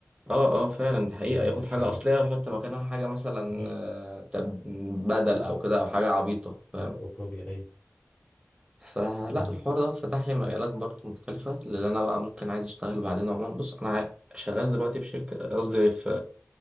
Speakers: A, on the right (about 20°); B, on the left (about 30°).
A: اه اه فعلا دي حقيقة
B: وهي
A: ياخد
B: الحقيقة
A: حاجة أصلية ويحط مكانها حاجة مثلا
B: ماشي
A: آه، تب- بدل أو كده أو حاجة عبيطة فاهم
B: او كوبي ايوه
A: فلا
B: أمم.
A: الحوار ده فتح لي مجالات برضه مختلفة اللي أنا بقى ممكن عايز أشتغل بعدين عموما بص أنا عا- شغال دلوقتي في شركة قصدي في